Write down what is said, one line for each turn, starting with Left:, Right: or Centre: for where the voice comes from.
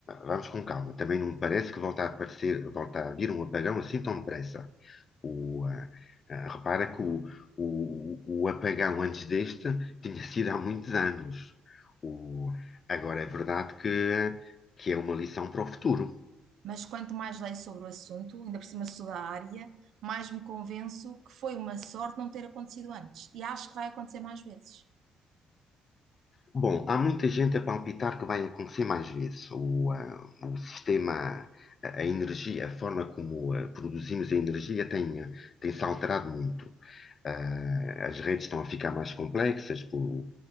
Left: vamos com calma, também não me parece que volta a aparecer, volta a vir um apagão assim tão depressa. O, ah, ah, repara que o, o, o apagão antes deste tinha sido há muitos anos. O, agora é verdade que, que é uma lição para o futuro.
Right: Mas quanto mais leio sobre o assunto, ainda por cima sou da área, mais me convenço que foi uma sorte não ter acontecido antes. E acho que vai acontecer mais vezes.
Left: Bom, há muita gente a palpitar que vai acontecer mais vezes. O, ah, o sistema, a, a energia, a forma como ah, produzimos a energia tem, ah, tem-se alterado muito. Ah, as redes estão a ficar mais complexas, o,